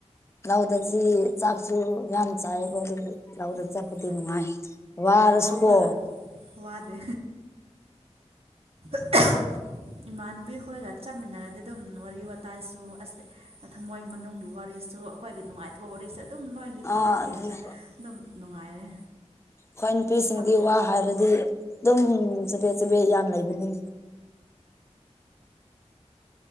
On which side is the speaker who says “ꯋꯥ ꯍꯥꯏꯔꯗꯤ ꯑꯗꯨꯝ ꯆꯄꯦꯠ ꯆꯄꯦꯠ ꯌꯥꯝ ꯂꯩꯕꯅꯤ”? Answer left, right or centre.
Left